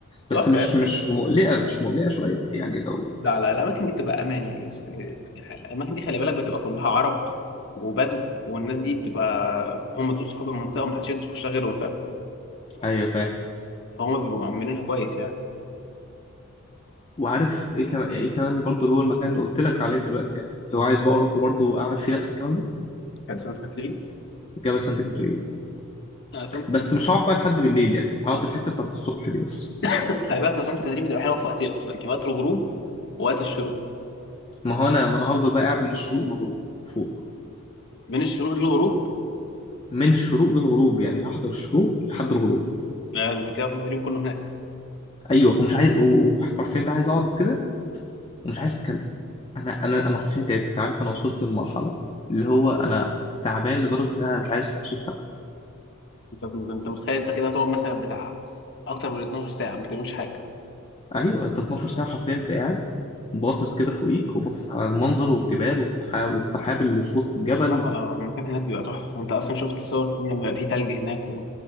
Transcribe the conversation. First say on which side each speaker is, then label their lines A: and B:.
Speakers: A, on the left (about 55°); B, on the left (about 25°).
A: تحفه
B: بس مش مش مقلقة مش مقلقة شوية يعني لو
A: لا لا الأماكن دي بتبقى أمان يعني بس الأماكن دي خلي بالك بتبقى كلها عرب وبدو والناس دي بتبقى هم دول صحاب المنطقة ومحدش يقدر يخشها غيرهم فاهم
B: أيوة فاهم
A: فهم بيبقوا مأمنينها كويس يعني
B: وعارف إيه كمان إيه كمان برضه اللي هو المكان اللي قلت لك عليه دلوقتي يعني لو عايز بقى أروح وبرضه أعمل فيه نفس الكلام ده
A: كان سانت كاترين
B: كده بس أنت كنت إيه
A: آه، سانت
B: بس مش هقعد بقى لحد بالليل يعني هقعد الحتة بتاعت الصبح دي بس
A: <coughs> خلي بالك لو سانت كاترين بتبقى حلوة في وقتين أصلا يعني وقت الغروب ووقت الشروق
B: ما هو أنا ما أنا هفضل بقى قاعد من الشروق للغروب فوق
A: من الشروق للغروب
B: من الشروق للغروب يعني هحضر الشروق لحد الغروب
A: لا أنت كده هتقضي اليوم كله هناك
B: أيوه ومش عايز وحرفيا بقى عايز أقعد كده ومش عايز اتكلم انا انا انا حرفيا تعبت عارف انا وصلت لمرحله اللي هو انا تعبان لدرجه ان انا مش عايز اسمع صوت حد
A: أنت أنت- أنت متخيل أنت كده هتقعد مثلا بتاع أكتر من 12 ساعة ما بتعملش حاجة
B: ايوه انت 12 ساعه حرفيا انت قاعد باصص كده فوقيك وباصص على المنظر والجبال والسحاب والسحاب اللي في وسط الجبل
A: بصراحة المكان هناك بيبقى تحفة أنت أصلا شفت الصور لما بيبقى فيه تلج هناك و...